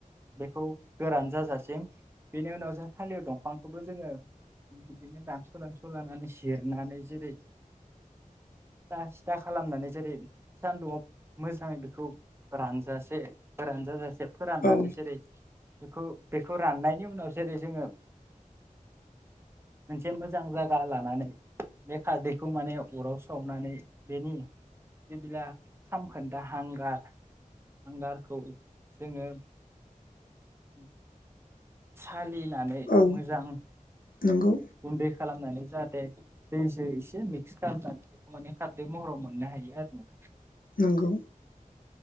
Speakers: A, on the right (about 15°); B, on the left (about 90°).
A: बेखौ गोरान जाजासिम बेनि उनाव जों थालिर दंफांखौबो जोङो बिदिनो दानस' दानस' लानानै जिरनानै जेरै सिथा सिथा खालामनानै जेरै सानदुंङआव मोजाङै बेखौ रानजासे रानजाजासे फोराननानै
B: औ
A: जेरै बेखौ बेखौ राननायनि उनाव जेरै जोङो मोनसे मोजां जगा लानानै बे खारदै खौ माने अराव सावनानै बेनि जेला सामखोन्दा हांगार हांगारखौ जोङो उ साल खलिनानै
B: औ
A: मोजां
B: नंगौ
A: गुन्दै खालामनानै जाहाथे दैजो एसे मिक्स खालामनानै बेखौ माने खारदै महराव मोननो हायो आरो नोंथां
B: नंगौ